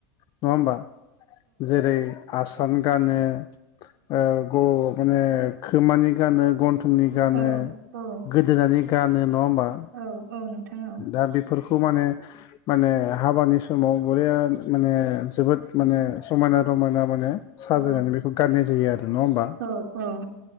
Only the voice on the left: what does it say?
नङा होमबा जेरै आसान गानो ओ- ग माने खोमानि गानो गथं फुंनि गानो
गोदोनानै गानो। नङा होमबा
दा बेफोरखौ माने माने हाबानि समाव बरया माने जोबोद माने समायना माने माने साजायनानै
बेखौ गाननाय जायो आरो नङा होमबा